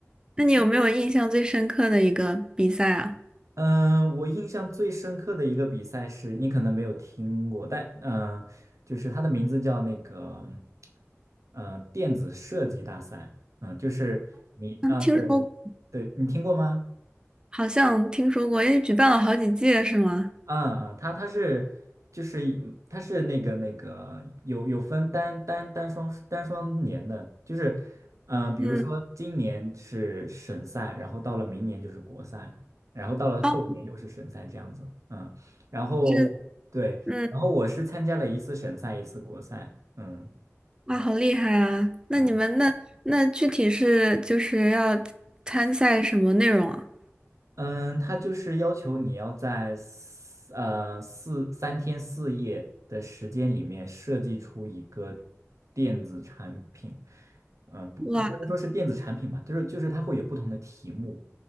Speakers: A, on the right; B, on the right.
A: 那你有没有印象最深刻的一个比赛啊？
B: 嗯，我印象最深刻的一个比赛是你可能没有听过，但嗯、呃就是它的名字叫那个呃电子设计大赛，嗯，就是你啊，
A: 听说过。
B: 对对，你听过吗？
A: 好像听说过，因为举办了好几届是吗？
B: 嗯嗯，它它是就是一它是那个那个有有分单单单双单双年的，就是嗯、呃比如说今年是省赛，
A: 嗯，
B: 然后到了明年就是国赛，然后到了后年又是省赛这样子，
A: 哦，
B: 嗯，然后对，
A: 是，嗯，
B: 然后我是参加了一次省赛，一次国赛，嗯。
A: 哇，好厉害啊！那你们那那具体是就是要参赛什么内容啊？
B: 嗯。嗯，他就是要求你要在四呃四三天四夜的时间里面设计出一个电子产品，嗯、不不不能说是电子产品吧，
A: 哇
B: 就是就是它会有不同的题目，